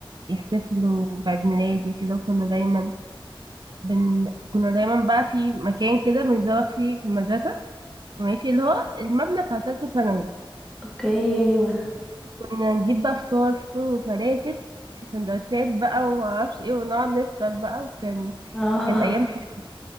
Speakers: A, on the right; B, in the centre.
A: يحتفلوا بعيد ميلادي وكده وكنا دايما بن... كنا دايما بقى في مكان كده بنزوغ فيه في المدرسه ماشي اللي هو المبنى بتاع تالتة ثانوي
B: اوكي ايوه
A: كنا نجيب بقى فطار فول وفلافل سندوتشات بقى ومعرفش ايه ونقعد نفطر بقى وكان
B: اه
A: كانت ايام حلوه